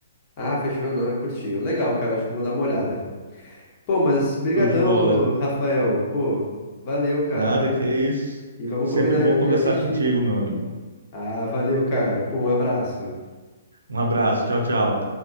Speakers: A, on the left (about 35°); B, on the right (about 75°).
A: Ah, fechou, não, é curtinho. Legal, cara, acho que eu vou dar uma olhada. Pô, mas brigadão,
B: Show de bola.
A: ô, Rafael. Pô, valeu, cara.
B: Nada, que é isso.
A: E vamos
B: Sempre
A: combinar
B: bom
A: de um
B: conversar
A: dia assistir.
B: contigo, meu amigo.
A: Ah, valeu, cara. Pô, um abraço.
B: Um abraço, tchau, tchau.